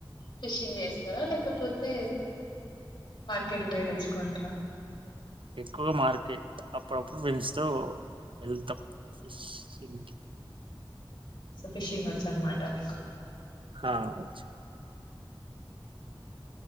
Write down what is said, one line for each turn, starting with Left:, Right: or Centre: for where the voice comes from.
Left: ఫిషింగ్ చేస్తారా లేకపోతే మార్కెట్ పోయ తెచ్చుకుంట్ర
Right: ఎక్కువగా మార్కెట్ అప్పుడప్పుడు పెన్స్తో వెళ్తాం సిం
Left: సో ఫిషింగ్ వచ్చు అనమాట మీకు
Right: ఆ వచ్చు